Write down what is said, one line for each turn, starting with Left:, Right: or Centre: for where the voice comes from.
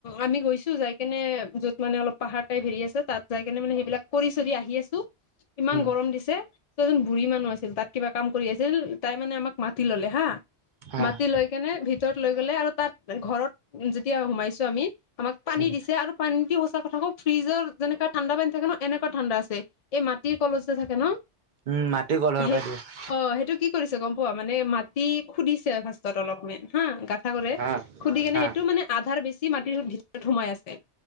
Left: আমি গৈছোঁ যাই কেনে য'ত মানে অলপ পাহাৰ টাইপ হেৰি আছে তাত যাই কেনে মানে সেইবিলাক কৰি চৰি আহি আছোঁ, ইমান
Right: উম
Left: গৰম দিছে। ত' এজন বুঢ়ী মানুহ আছিল, তাত কিবা কাম কৰি আছিল, তাই মানে আমাক মাতি ল'লে হা
Right: হা
Left: মাতি লৈ কেনে ভিতৰত লৈ গ'লে আৰু তাত ঘৰত যেতিয়া সোমাইছোঁ আমি আমাক পানী
Right: উম
Left: দিছে আৰু পানী দি সঁচা কথা কওঁ ফ্ৰিজৰ যেনেকুৱা ঠাণ্ডা পানী থাকে ন এনেকুৱা ঠাণ্ডা আছে, এই মাটিৰ কলহ যে থাকে ন
Right: উম, মাটি কলহৰ
Left: সেই
Right: পৰা দিয়ে।
Left: অ' সেইটো কি কৰিছে গম পোৱা, মানে মাটি খুধিছে ফাৰ্ষ্টত অলপমান হা, গাত থা কৰে,
Right: হা
Left: খুদি কেনে
Right: হা
Left: সেইটো মানে আধাৰ বেছি ছি মাটিৰ ভিতৰত সোমাই আছে